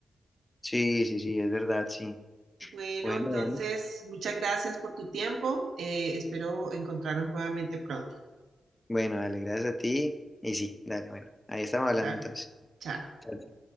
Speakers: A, on the left; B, on the right.
A: Sí, sí, sí, es verdad, sí.
B: Bueno,
A: Bueno,
B: entonces,
A: bueno.
B: muchas gracias por tu tiempo. eh, espero encontrarnos nuevamente pronto.
A: Bueno, dale, gracias a ti. Y sí, dale, bueno. Ahí estamos hablando
B: Chao.
A: entonces.
B: chao.
A: Chao,